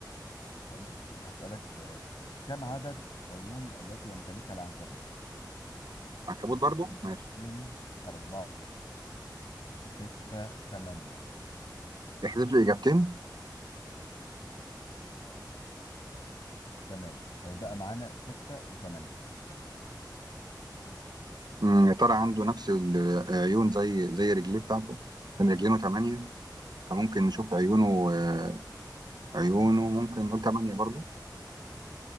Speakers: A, on the left; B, on the right.
A: تمام أسألك السؤال كم عدد عيون التي يمتلكها العنكبوت؟
B: عنكبوت
A: اتنين
B: برضو ماشي
A: أربعة ستة تمانية
B: احذف لي اجابتين
A: تمام هيتبقى معانا ستة وتمانية
B: مم، يا ترى عنده نفس العيون زي زي رجليه بتاعته كان رجلينه ثمانية فممكن نشوف عيونه آه، عيونه ممكن نقول ثمانية برضو